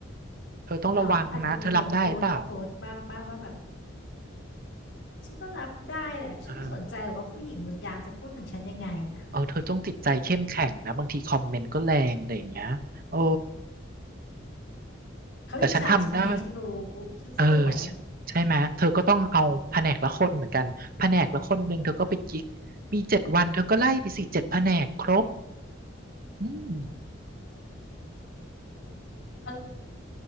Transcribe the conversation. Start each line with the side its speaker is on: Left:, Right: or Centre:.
Right: เธอต้องระวังนะเธอรับได้เปล่า
Left: หรออาจจะมีแบบโพสต์โพสต์บ้างป้าว่าแบบฉันก็รับได้แหละฉันไม่สนใจหรอกว่าผู้หญิงบนยานจะพูดถึงฉันยังไงอ่ะ
Right: เออเออเธอต้องจิตใจเข้มแข็งนะบางทีคอมเมนต์ก็แรงอะไรอย่างเงี้ยโอ้
Left: เขาอิจฉาฉันไงฉันรู้
Right: แต่ฉันทำได้
Left: ฉันสวย
Right: เออใช่ใช่ไหมเธอก็ต้องเอาแผนกละคนเหมือนกันแผนกละคนหนึ่งเธอก็ไปกิ๊กมีเจ็ดวันเธอก็ไล่ไปสี่เจ็ดแผนกครบ อืม
Left: วัน